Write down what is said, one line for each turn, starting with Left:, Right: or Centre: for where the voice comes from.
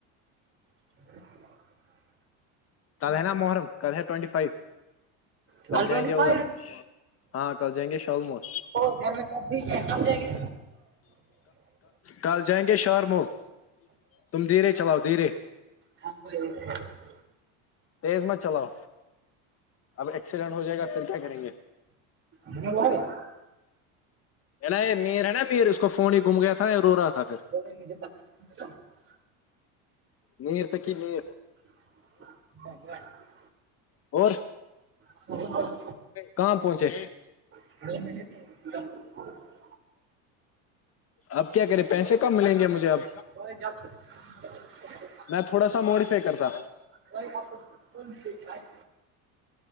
Right: <inaudible>
Left: کل ہے نا محرم کل ہے ٹوینٹی فائیو
Right: ون
Left: کل
Right: ٹوینٹی
Left: جائیں گے ادھر
Right: فائیو
Left: ہاں کل جائیں گے شال مور
Right: وہ گھر میں سبزی کم دیں گے
Left: کل جائیں گے شاہارمول تم دھییرے چلاؤ دھییرے
Right: تھن بول <unintelligible>
Left: تیز مت چلاؤ اب ایکسیڈینٹ ہو جائے گا پھر کیا کریں گے
Right: ج بول رہے <unintelligible>
Left: نا یہ میر ہے نا میر اس کو فون ہی گھم گیا تھا رو رہا تھا پھر
Right: <unintelligible>
Left: مںیر تکی مںیر
Right: <inaudible>
Left: اور
Right: <inaudible>
Left: کہاں پہنچے
Right: <unintelligible>
Left: اب کیا کرے پیسے کم ملیں گے مجھے اب
Right: <unintelligible>
Left: میں تھوڑا سا موڈیفائی کرتا
Right: ب آپ کون <unintelligible>